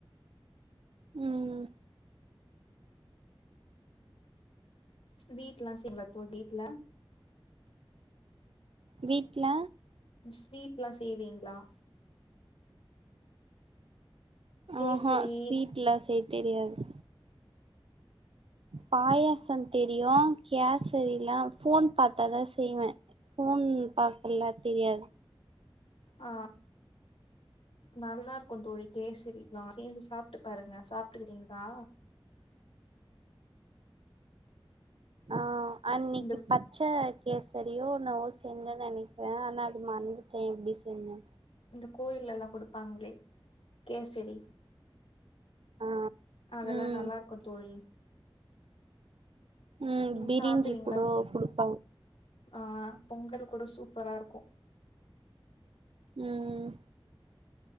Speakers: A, on the right; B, on the left.
A: ம்
B: ஸ்வீட்ல்லா செய்வீங்களா தோழி வீட்ல
A: வீட்ல
B: ஸ்வீட்ல்லா செய்வீங்ளா கேசரி
A: ஆஹா ஸ்வீட்லா செய்ய தெரியாது பாயாசந் தெரியு கேசரில்லா ஃபோன் பாத்தாதா செய்வ ஃபோன் பாக்கல்லா தெரியாது
B: ஆ நல்லாருக்கூ தோழி கேசரிலா சேஞ்சி சாப்ட்டு பாருங்க சாப்ட்ருக்கீங்ளா
A: ஆ அன்னிக்கி
B: இந்த
A: பச்ச கேசரியோ நவோ செஞ்சே நெனக்கிற ஆனா அது மறந்துட்டே எப்படி செஞ்சேன்
B: இந்த கோயில்லலா கொடுப்பாங்ளே கேசரி
A: ஆ
B: அதெல்லா
A: ம்
B: நல்லாருக்கூ தோழி
A: ம்
B: நீங்
A: பிரிஞ்சி
B: சாப்டுவீங்களா
A: கூட குடுப்பாங்க
B: ஆ பொங்கல் கூட சூப்பரா இருக்கூ
A: ம்